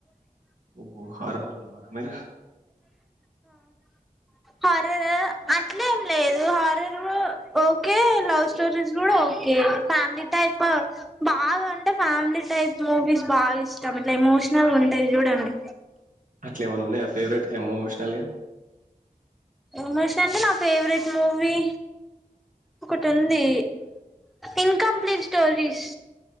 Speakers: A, on the right (about 60°); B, in the centre.
A: ఓ హారర్ లవర్ ఆ మీరు
B: హారర్ అట్లేం లేదు హారర్ ఓకే లవ్ స్టోరీస్ కూడా ఓకే ఫ్యామిలీ టైప్ బాగాంటే ఫ్యామిలీ టైప్ మూవీస్ బాగా ఇష్టం ఇట్లా ఎమోషనల్ ఉంటాయి చూడండి
A: అట్లేమన ఉన్నాయి ఆ ఫేవరెట్ ఎమోషనల్గా
B: విమర్శ అంటే నా ఫేవరెట్ మూవీ ఒకటి ఉంది ఇన్కంప్లీట్ స్టోరీస్